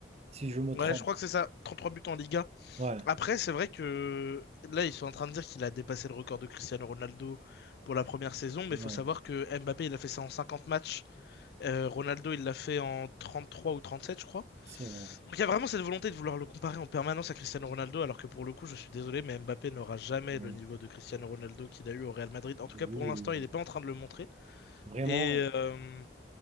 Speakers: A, on the right; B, on the left.
A: si je me trompe.
B: Ouais, je crois que c'est ça. 33 buts en Liga.
A: Ouais,
B: Après, c'est vrai que là, ils sont en train de dire qu'il a dépassé le record de Cristiano Ronaldo pour la première saison. Mais il
A: ouais,
B: faut savoir que Mbappé, il a fait ça en 50 matchs. Euh, Ronaldo, il l'a fait en 33 ou 37, je crois.
A: c'est vrai.
B: Donc il y a vraiment cette volonté de vouloir le comparer en permanence à Cristiano Ronaldo, alors que pour le coup, je suis désolé, mais Mbappé n'aura jamais
A: Ouais.
B: le niveau de Cristiano Ronaldo qu'il a eu au Real Madrid. En
A: Oui,
B: tout cas, pour
A: oui,
B: l'instant,
A: oui.
B: il n'est pas en train de le montrer.
A: Vraiment,
B: Et, euh,